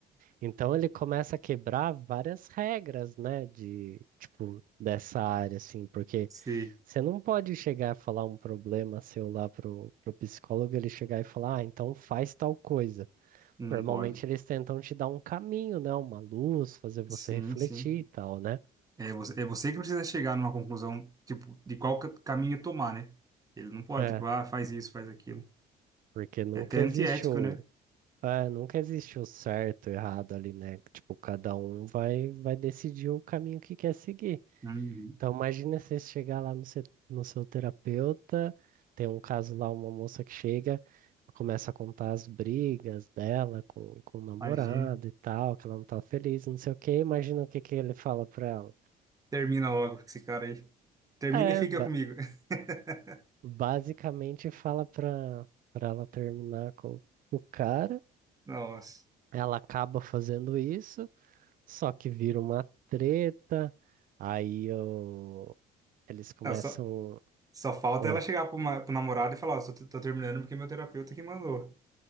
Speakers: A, on the right (about 55°); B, on the right (about 20°).
A: Então ele começa a quebrar várias regras, né, de tipo dessa área assim, porque
B: Sei.
A: você não pode chegar a falar um problema seu lá pro, pro psicólogo, ele chegar e falar, ah, então faz tal coisa.
B: Não
A: Normalmente
B: pode.
A: eles tentam te dar um caminho, né, uma luz, fazer você
B: Sim,
A: refletir
B: sim.
A: e tal, né?
B: É você, é você que precisa chegar numa conclusão, tipo, de qual ca- caminho tomar, né? Ele não pode,
A: É,
B: tipo, ah, faz isso, faz aquilo.
A: porque nunca
B: É até antiético,
A: existe o
B: né?
A: É, nunca existe o certo e o errado ali, né? Tipo, cada um vai, vai decidir o caminho que quer seguir.
B: Uhum.
A: Então, imagina você chegar lá no seu, no seu terapeuta, tem um caso lá, uma moça que chega, começa a contar as brigas dela com, com o namorado
B: Imagina.
A: e tal, que ela não tá feliz, não sei o quê. Imagina o que que ele fala pra ela.
B: Termina logo com esse cara aí. Termina
A: É,
B: e fica
A: ba-
B: comigo. <laughs>
A: basicamente fala pra, pra ela terminar com o cara.
B: Nossa.
A: Ela acaba fazendo isso. Só que vira uma treta, aí eu... eles começam.
B: Não, só, só falta
A: Oi.
B: ela chegar pro, ma- pro namorado e falar, ó, só tô, tô terminando porque meu terapeuta que mandou.